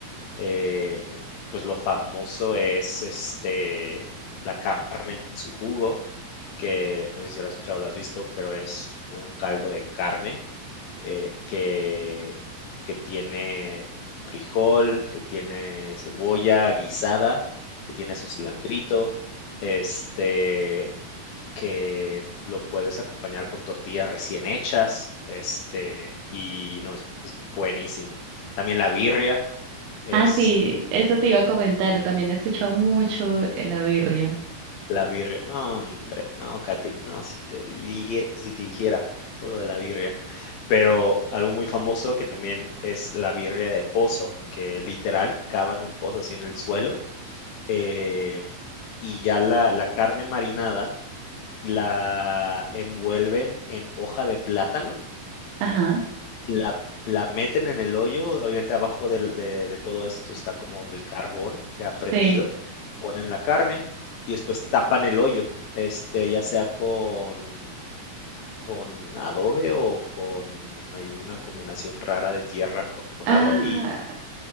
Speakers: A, on the left; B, on the right.
A: eh, pues lo famoso es este la carne en su jugo, que no sé si lo has escuchado o lo has visto, pero es un caldo de carne eh, que, que tiene frijol, que tiene cebolla guisada, que tiene su cilantrito, este, que lo puedes acompañar con tortillas recién hechas, este, y no, es, es buenísimo. También la birria, es
B: Ah, sí, eso te iba a comentar. También he escuchado mucho eh, la birria.
A: la birria, no hombre, no, Katherine, no, si te, diría- si te dijera todo lo de la birria, pero algo muy famoso que también es la birria de pozo, que literal cavan un pozo así en el suelo eh, y ya la, la carne marinada la envuelven en hoja de plátano
B: Ajá,
A: La la meten en el hoyo, obviamente abajo del de de todo esto está como el carbón ya prendido,
B: sí.
A: ponen la carne y después tapan el hoyo, este, ya sea con con adobe o con hay una combinación rara de tierra con con
B: Ah,
A: agua y